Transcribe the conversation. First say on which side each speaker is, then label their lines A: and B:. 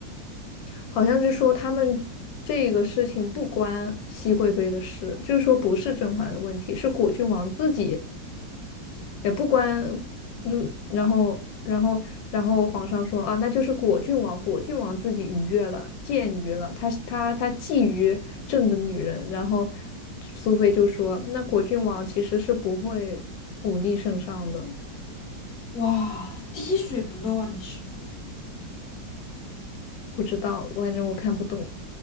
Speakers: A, on the left (about 80°); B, on the left (about 45°).
A: 好像是说他们这个事情不关熹贵妃的事，就是说不是甄嬛的问题，是果郡王自己也不关，就然后然后然后皇上说啊，那就是果郡王，果郡王自己逾越了，僭越了，他他他觊觎朕的女人，然后苏菲就说，那果郡王其实是不会忤逆圣上的，
B: 哇，滴水不漏啊，你师傅。
A: 不知道，反正我看不懂。